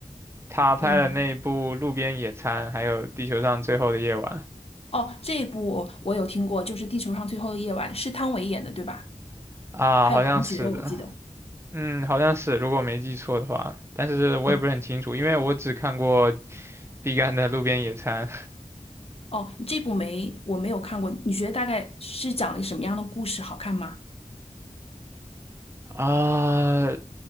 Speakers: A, on the right (about 20°); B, on the left (about 45°).
A: 他拍了那一部《路边野餐》，
B: 嗯，
A: 还有《地球上最后的夜晚》
B: 哦，这一部我有听过，就是《地球上最后的夜晚》，是汤唯演的，对吧？
A: 啊，
B: 还有王珏，
A: 好像是的，
B: 我记得。
A: 嗯，好像是，如果我没记错的话，但是我也不是很清楚，
B: 嗯。
A: 因为我只看过毕赣的《路边野餐》
B: 哦，这部没，我没有看过。你觉得大概是讲了什么样的故事？好看吗？
A: 啊，